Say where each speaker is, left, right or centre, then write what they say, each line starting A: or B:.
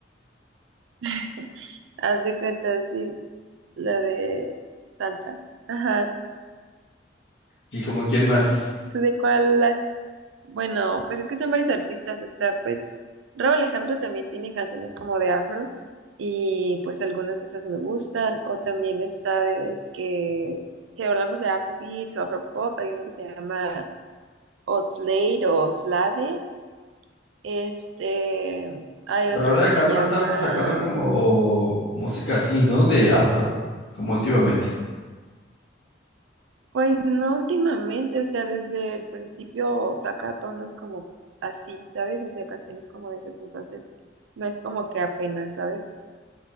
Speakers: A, on the right (about 80°); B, on the left (about 75°).
A: <laughs> Haz de cuenta, sí, la de Santa. Ajá.
B: y como quién más.
A: ¿Tú de cuál las? Bueno, pues es que son varios artistas. Está, pues, Rauw Alejandro también tiene canciones como de afro. Y pues algunas de esas me gustan. O también está de que, si hablamos de Afrobeats o Afropop, hay uno que se llama Oxlade o Oxlade. Este, hay
B: Raúl
A: otro que
B: Alejandro
A: se llama
B: ha estado sacando como música así, ¿no? De afro, como últimamente.
A: Pues no últimamente, o sea, desde el principio saca tonos como así, ¿sabes? O sea, canciones como de esas, entonces no es como que apenas, ¿sabes?